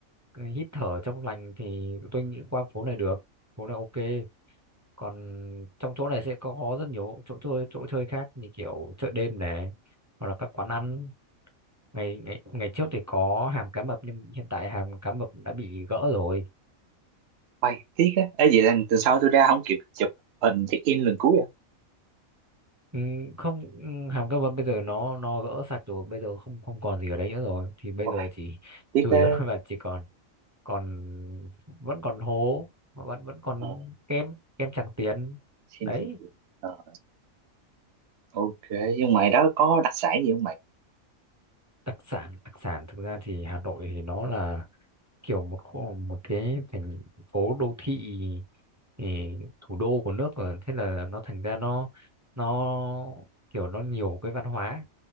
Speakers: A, on the right; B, on the right.
A: cái hít thở trong lành thì tôi nghĩ qua phố này được phố này ok còn trong chỗ này sẽ có, có rất nhiều chỗ chơi chỗ chơi khác như kiểu chợ đêm này hoặc là các quán ăn ngày ngày ngày trước thì có hàm cá mập nhưng hiện tại hàm cá mập đã bị gỡ rồi
B: quay tiếc á ấy vậy là từ sau tôi ra không kịp chụp hình check in lần cuối à
A: Ừ, không ừ, hàm cá mập bây giờ nó nó gỡ sạch rồi bây giờ không không còn gì ở đấy nữa rồi thì bây
B: quay
A: giờ chỉ
B: tiếc
A: chủ
B: á
A: yếu là <laughs> chỉ còn còn vẫn còn hố mà vẫn vẫn còn
B: ờ,
A: kem kem Tràng Tiền
B: xin
A: đấy
B: xin xin. Ờ, ok nhưng ngoài đó có đặc sản gì không mày
A: đặc sản đặc sản thực ra thì Hà Nội thì nó là kiểu một khu- một cái thành phố đô thị ừ, thủ đô của nước rồi thế là nó thành ra nó nó kiểu nó nhiều cái văn hóa